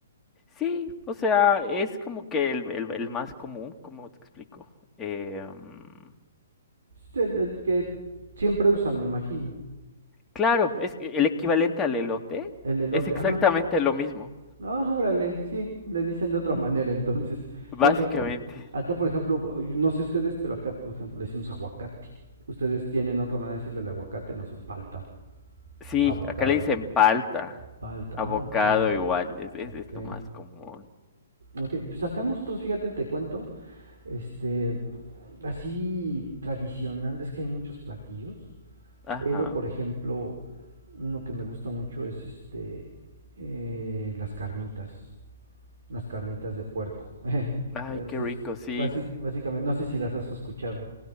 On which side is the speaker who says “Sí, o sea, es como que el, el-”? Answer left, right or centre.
Left